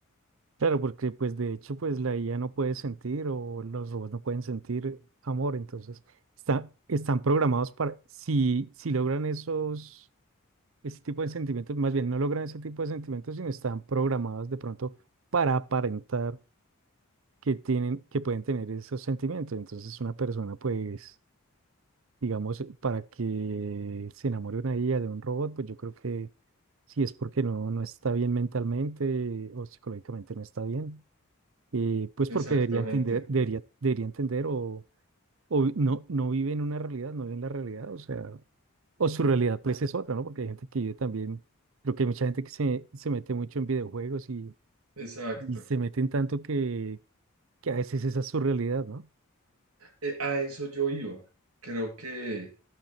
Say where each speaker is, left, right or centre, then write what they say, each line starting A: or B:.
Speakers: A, on the right (about 60°); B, on the right (about 80°).
A: Claro, porque pues de hecho pues la IA no puede sentir o los robots no pueden sentir amor, entonces está- están programados para, si, si logran esos, ese tipo de sentimientos, más bien no logran ese tipo de sentimientos, sino están programados de pronto para aparentar que tienen, que pueden tener esos sentimientos. Entonces, una persona, pues, digamos, para que se enamore una IA de un robot, pues yo creo que si es porque no, no está bien mentalmente o psicológicamente no está bien, eh, pues porque
B: Exactamente,
A: debería entender, debería, debería entender o, o vi- no, no vive en una realidad, no vive en la realidad, o sea, o su realidad pues es otra, ¿no? Porque hay gente que vive también, creo que hay mucha gente que se, se mete mucho en videojuegos y,
B: exacto.
A: y se meten tanto que, que a veces esa es su realidad, ¿no?
B: eh, a eso yo iba. Creo que